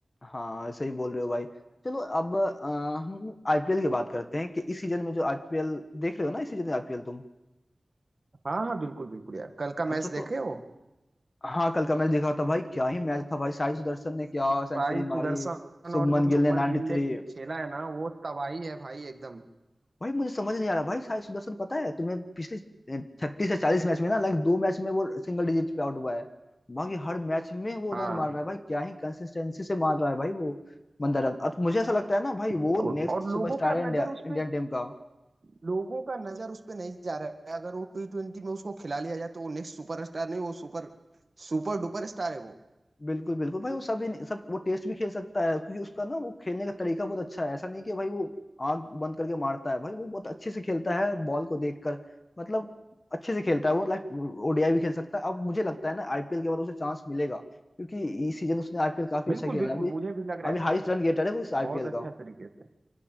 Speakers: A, on the left; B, on the right.
A: हाँ सही बोल रहे हो भाई चलो अब अ, हम आईपीएल की बात करते हैं कि इस सीजन में जो आईपीएल देख रहे हो ना इस सीजन में आईपीएल तुम
B: हाँ हाँ बिल्कुल बिल्कुल यार कल का मैच
A: अच्छा
B: देखे
A: तो
B: हो
A: हाँ कल का मैच देखा था भाई क्या ही मैच था भाई साई सुदर्शन ने क्या सेंचुरी
B: भाई
A: मारी
B: सुदर्शन
A: शुभमन
B: और जो
A: गिल
B: शुभमन
A: ने 93
B: गिल ने खेला है ना वो तबाही है भाई एकदम
A: भाई मुझे समझ नहीं आ रहा भाई साई सुदर्शन पता है तुम्हें पिछले छत्तीस से चालीस मैच में ना लाइक दो मैच में वो सिंगल डिजिट पे आउट हुआ है बाकी हर मैच में वो
B: हाँ
A: रन मार रहा है भाई क्या ही कंसिस्टेंसी से मार रहा है भाई वो बंदा रन अब मुझे ऐसा लगता है ना भाई
B: बिल्कुल
A: वो नेक्स्ट
B: और
A: सुपरस्टार
B: लोगों का
A: है इंडिया
B: नजर उस
A: इंडियन
B: पे
A: टीम का
B: लोगों का नजर उस पे नहीं जा रहा है अगर वो टी ट्वेंटी में उसको खिला लिया जाए तो वो नेक्स्ट सुपर स्टार नहीं वो सुपर सुपर डुपर स्टार है वो
A: बिल्कुल बिल्कुल भाई वो सब ही नहीं- सब वो टेस्ट भी खेल सकता है क्योंकि उसका ना वो खेलने का तरीका बहुत अच्छा है ऐसा नहीं कि भाई वो आंख बंद करके मारता है भाई वो बहुत अच्छे से खेलता है बॉल को देखकर मतलब अच्छे से खेलता है वो लाइक ओडीआई भी खेल सकता है अब मुझे लगता है ना आईपीएल के बाद उसे चांस मिलेगा क्योंकि इस सीजन उसने आईपीएल काफी
B: बिल्कुल
A: अच्छा खेला
B: बिल्कुल
A: है अभी
B: मुझे भी लग
A: अभी
B: रहा है
A: हाईएस्ट रन गेटर है वो इस आईपीएल
B: बहुत अच्छा
A: का
B: तरीके से